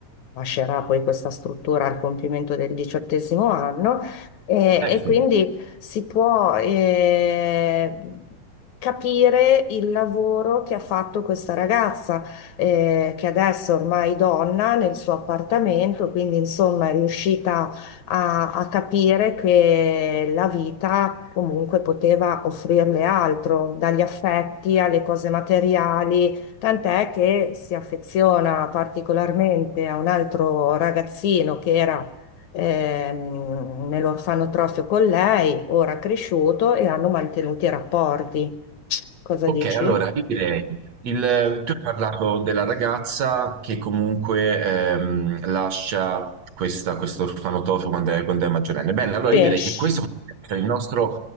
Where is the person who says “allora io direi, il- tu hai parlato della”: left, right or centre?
Right